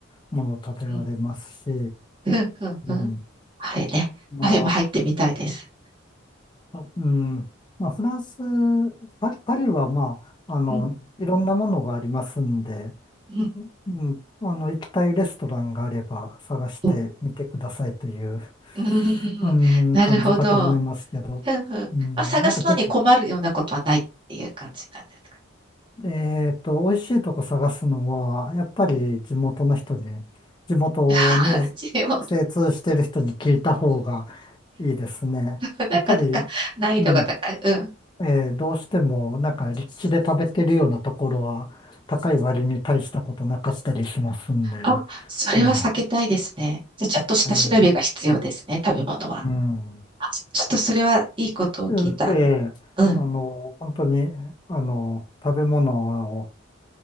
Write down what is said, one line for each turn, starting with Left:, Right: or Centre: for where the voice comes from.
Left: ものを食べられますし、
Right: うん、うん、うん、
Left: うん、
Right: うん。カフェね。
Left: ま
Right: カフェも入ってみたいです。
Left: あ、あうん、まあ、フランス、パリ、パリはまあ、あの、
Right: うん、
Left: いろんなものがありますんで、
Right: うん、
Left: うん、あの、行きたいレストランがあれば探してみてくださいという、
Right: うん。うん、
Left: うん、
Right: なるほど。
Left: 感じかと思いますけど、
Right: ふんふん。
Left: うん、
Right: まあ探すのに困るようなことはないっていう感じなんですか。
Left: なんかて、えっと、美味しいとこ探すのは、やっぱり地元の人に、
Right: うん。
Left: 地元に
Right: <laughs> 味を、
Left: 精通してる人に聞いた方がいいですね。
Right: なかなか難易度が高い。
Left: やっぱり、うん。
Right: うん。
Left: えーどうしてもなんか立地で食べてるようなところは高い割に大したことなかったりしますんで、
Right: あ、それは避けたいですね。
Left: ね、
Right: じゃあ、ちょっと下調べが必要ですね、
Left: えー
Right: 食べ物は。
Left: うん。
Right: あ、ちょっとそれはいいことを聞いた。
Left: うえあの、
Right: うん。
Left: 本当に、あの、食べ物を